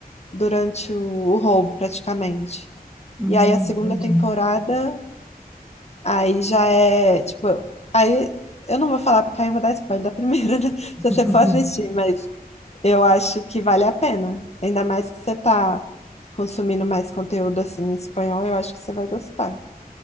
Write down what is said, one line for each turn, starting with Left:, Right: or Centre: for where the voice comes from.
Left: durante o, o roubo, praticamente.
Centre: Hum,
Left: E aí a segunda
Centre: entendi.
Left: temporada, aí já é, tipo, aí eu não vou falar porque aí eu vou dar spoiler da primeira, né? <laughs> Se
Centre: Uhum.
Left: você for assistir, mas eu acho que vale a pena. Ainda mais que você tá consumindo mais conteúdo assim em espanhol, eu acho que você vai gostar.